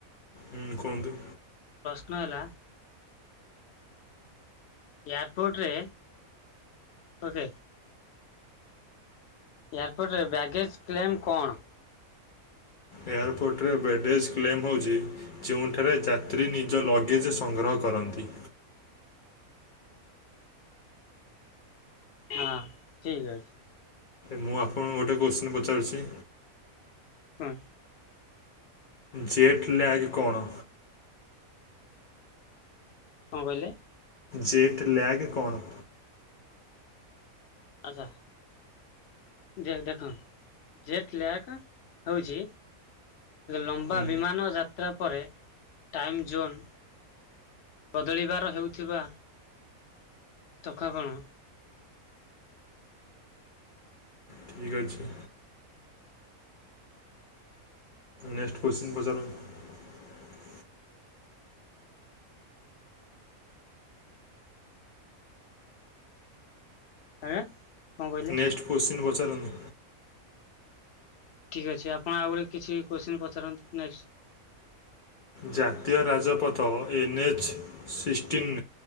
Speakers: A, on the left; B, on the left.
A: ହୁଁ କୁହନ୍ତୁ।
B: <unintelligible> ହେଲା। ଏୟାରପୋର୍ଟରେ ଓକେ ଏୟାରପୋର୍ଟରେ ବ୍ୟାଗେଜ୍ କ୍ଲେମ୍ କଣ?
A: ଏୟାରପୋର୍ଟରେ ବ୍ୟାଡେଜ୍ କ୍ଲେମ ହେଉଛି ଯେଉଁଠାରେ ଯାତ୍ରୀ ନିଜ ଲଗେଜ ସଂଗ୍ରହ କରନ୍ତି।
B: ହଁ ଠିକ୍ ଅଛି।
A: ମୁଁ ଆପଣଙ୍କୁ ଗୋଟେ କୋଶ୍ଚିନ୍ ପଚାରୁଚି
B: ହୁଁ।
A: ଚେଟ୍ ଲ୍ୟାଗ କଣ?
B: କଣ କହିଲେ?
A: ଚେଟ ଲ୍ୟାଗ୍ କଣ?
B: ଆଚ୍ଛା। ଦେ ଦେଖ ଜେଟ୍ ଲ୍ୟାକ୍ ହୋଉଚି। ଲମ୍ବା
A: ହୁଁ
B: ବିମାନ ଯାତ୍ରା ପରେ ଟାଇମ୍ ଜୋନ୍ ବଦଳିବାର ହେଉଥିବା ଥକାପଣ
A: ଠିକ ଅଛି। ନେଷ୍ଟ କୋଶ୍ଚିନ୍ ପଚାରନ୍ତୁ।
B: ଆଜ୍ଞା। କ'ଣ କହିଲେ
A: ନେଷ୍ଟ କୋଶ୍ଚିନ୍ ପଚାରନ୍ତୁ।
B: ଠିକ୍ ଅଛି ଆପଣ ଆହୁରି କିଛି କୋଶ୍ଚିନ୍ ପଚାରନ୍ତୁ ନେଷ୍ଟ
A: ଜାତୀୟ ରାଜପଥ ଏନ୍ଏଚ୍ ସିଷ୍ଟିନ୍